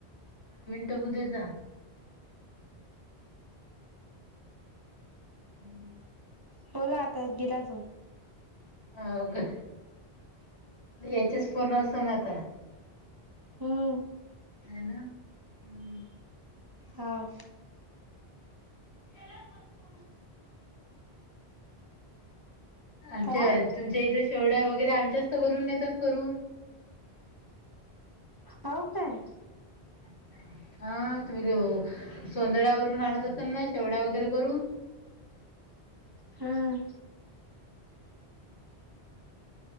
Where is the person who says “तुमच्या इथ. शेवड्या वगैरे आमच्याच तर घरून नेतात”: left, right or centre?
Left